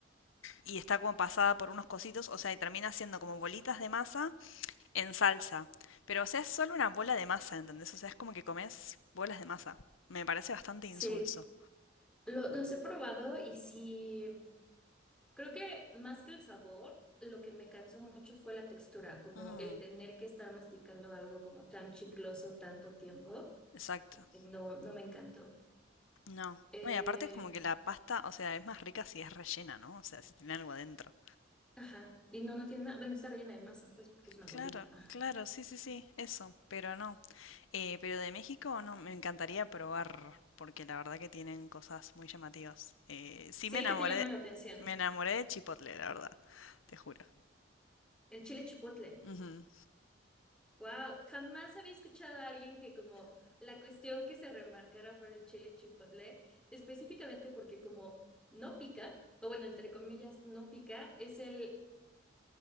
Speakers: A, on the left (about 85°); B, in the centre.
A: y está como pasada por unos cositos. O sea, y termina siendo como bolitas de masa en salsa. Pero, o sea, es solo una bola de masa, ¿entendés? O sea, es como que comes bolas de masa. Me parece bastante
B: Sí,
A: insulso.
B: lo- los he probado y sí, creo que más que el sabor, lo que me cansó mucho fue la textura, como
A: Mm.
B: el tener que estar masticando algo como tan chicloso tanto tiempo,
A: Exacto.
B: no, no me encantó.
A: No.
B: Eh,
A: No, y aparte es como que la pasta, o sea, es más rica si es rellena, ¿no? O sea, si tiene algo adentro.
B: Ajá. Y no, no tiene nada. Bueno, está rellena de masa, pues, porque es una
A: Claro,
B: bolita. Ajá.
A: claro, sí, sí, sí, eso, pero no. Eh, pero de México, no, me encantaría probar, porque la verdad que tienen cosas muy llamativas. Eh, sí
B: Sí,
A: me enamoré,
B: ¿qué te llama la atención?
A: me enamoré de Chipotle, la verdad, te juro.
B: El chile chipotle.
A: Ujú.
B: Wow, jamás había escuchado a alguien que como la cuestión que se remarcara fuera el chile chipotle, específicamente porque como no pica, o bueno, entre comillas, no pica, es el,